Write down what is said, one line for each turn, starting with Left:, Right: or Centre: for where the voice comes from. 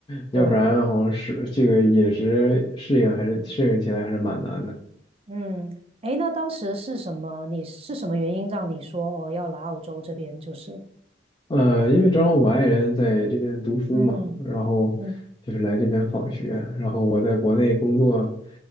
Left: 要不然好像是这个饮食适应还是适应起来还是蛮难的。
Right: 对，嗯，诶，那当时是什么？你是什么原因让你说哦要来澳洲这边？就是，
Left: 呃，因为正好我爱人在这边读书嘛，
Right: 嗯
Left: 然后就是来这边访学，
Right: 嗯
Left: 然后我在国内工作，